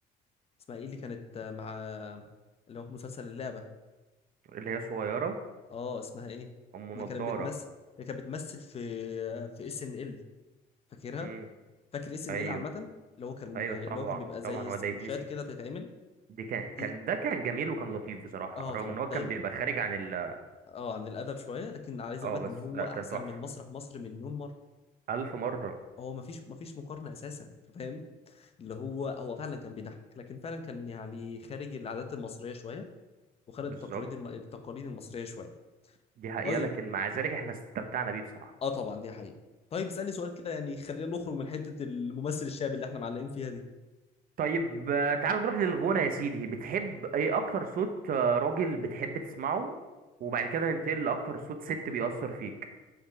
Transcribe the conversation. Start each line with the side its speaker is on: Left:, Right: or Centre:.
Left: اسمها ايه اللي كانت آه، مع اللي هو في مسلسل اللعبه
Right: اللي هي صغيره
Left: اه اسمها ايه
Right: ام
Left: اللي
Right: نضاره
Left: كانت بتمثل اللي كانت بتمثل في في اس ان ال فاكرها
Right: امم
Left: فاكر اس ان
Right: ايوه
Left: ال عامه اللي هو كان
Right: ايوه
Left: اللي
Right: طبعا
Left: هو كان بيبقى زي
Right: طبعا هو
Left: سكتشات
Right: ده يتنسي
Left: كده بتتعمل
Right: دي كان
Left: دي
Right: كان ده كان جميل وكان لطيف بصراحه
Left: اه
Right: رغم
Left: طبعا
Right: ان هو كان
Left: ده
Right: بيبقى خارج عن ال
Left: اه عن الادب شويه لكن عايز
Right: اه
Left: اقول لك
Right: بس
Left: ان هو
Right: لا
Left: احسن
Right: كان تحفه
Left: من مسرح مصر مليون مره
Right: الف مره
Left: هو مفيش مفيش مقارنه اساسا أنت فاهم اللي هو هو فعلا كان بيضحك لكن فعلا كان يعني خارج العادات المصريه شويه وخارج
Right: بالظبط
Left: التقاليد الم... التقاليد المصريه شويه
Right: دي حقيقه
Left: طيب
Right: لكن مع ذلك احنا استمتعنا بيه بصراحه
Left: اه طبعا دي حقيقة طيب اسألني سؤال كده يعني خلينا نخرج من حتة الممثل الشاب اللي احنا معلقين فيها دي
Right: طيب آه، تعال نروح للغنى يا سيدي بتحب ايه اكتر صوت آه، راجل بتحب تسمعه وبعد كده ننتقل لاكتر صوت ست بيأثر فيك